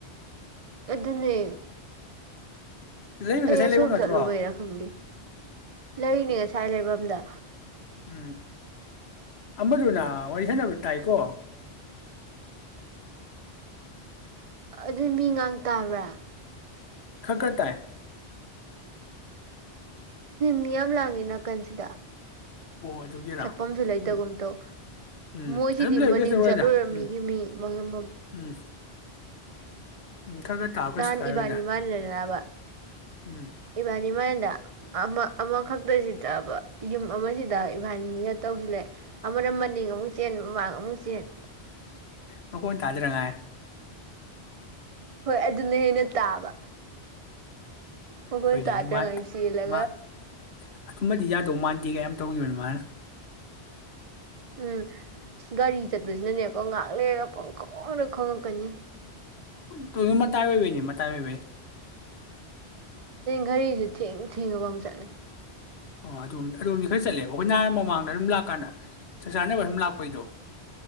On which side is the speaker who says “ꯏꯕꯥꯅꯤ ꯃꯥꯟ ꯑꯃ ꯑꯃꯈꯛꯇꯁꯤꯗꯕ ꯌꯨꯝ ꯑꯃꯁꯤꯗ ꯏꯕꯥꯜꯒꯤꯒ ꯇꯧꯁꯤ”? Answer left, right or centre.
Right